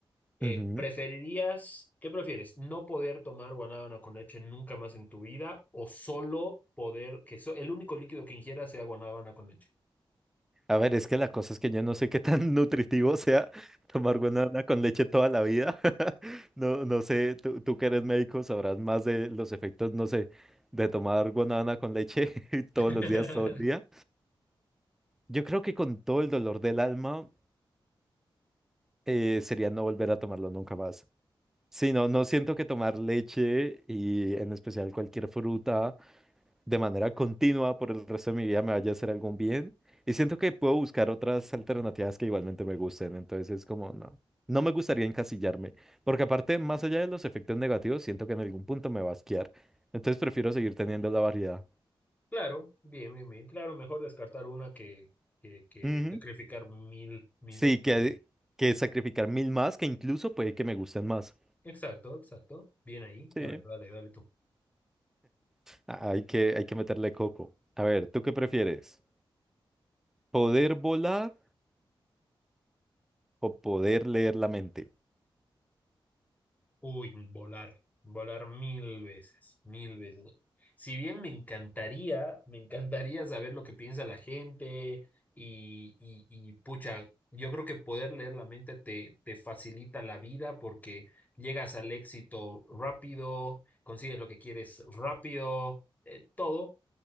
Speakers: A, on the left; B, in the centre.
A: eh,
B: Ujú.
A: ¿preferirías, qué prefieres, no poder tomar guanábana con leche nunca más en tu vida o solo poder, que so- el único líquido que ingieras sea guanábana con leche?
B: A ver, es que la cosa es que yo no sé qué tan nutritivo sea tomar guanábana con leche toda la vida. <laughs> No, no sé, tú, tú que eres médico sabrás más de los efectos, no sé, de tomar guanábana con leche <laughs> todos
A: <laughs>
B: los días, todo el día. Yo creo que con todo el dolor del alma eh, sería no volver a tomarlo nunca más. Sí, no, no siento que tomar leche y en especial cualquier fruta. de manera continua por el resto de mi vida me vaya a hacer algún bien. Y siento que puedo buscar otras alternativas que igualmente me gusten. Entonces es como, no, no me gustaría encasillarme. Porque aparte, más allá de los efectos negativos, siento que en algún punto me va a asquear. Entonces prefiero seguir teniendo la variedad.
A: Claro, bien, bien, bien. Claro, mejor descartar una que, que, que
B: Ujú.
A: sacrificar mil, mil
B: Sí,
A: opciones.
B: que, que sacrificar mil más, que incluso puede que me gusten más.
A: Exacto, exacto. Bien ahí.
B: Sí.
A: A ver, dale, dale tú.
B: A- Hay que, hay que meterle coco. A ver, ¿tú qué prefieres? ¿Poder volar o poder leer la mente?
A: Uy, volar. Volar mil veces, mil veces. Si bien me encantaría, me encantaría saber lo que piensa la gente y, y, y pucha, yo creo que poder leer la mente te, te facilita la vida porque llegas al éxito rápido, consigues lo que quieres rápido, eh, todo